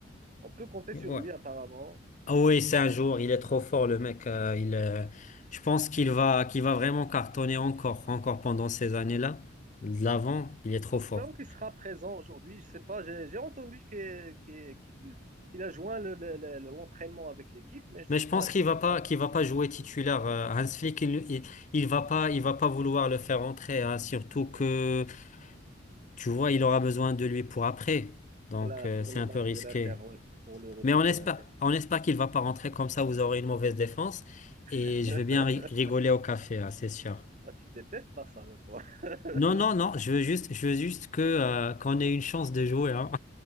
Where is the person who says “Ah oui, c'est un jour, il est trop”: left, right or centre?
Left